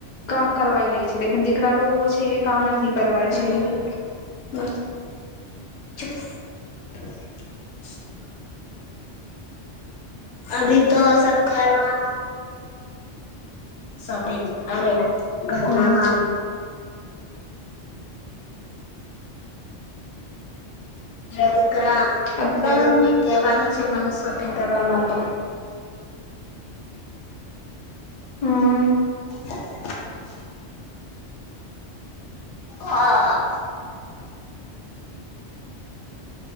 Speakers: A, on the left; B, on the left.
A: કામ કરવાઈ લે છે કે દીકરા લોકો હોય છે એ કામ નથી કરવાય
B: હમ્મ
A: છે
B: હમ્મ <inaudible> અભી તો સબ કરવા <inaudible> અરે ઘરના
A: હા
B: કામ અરે દીકરાને
A: ઓ તમે
B: તો ભી કહેવાનું છે મને શોપિંગ કરવા માટે
A: હમ
B: <inaudible> હા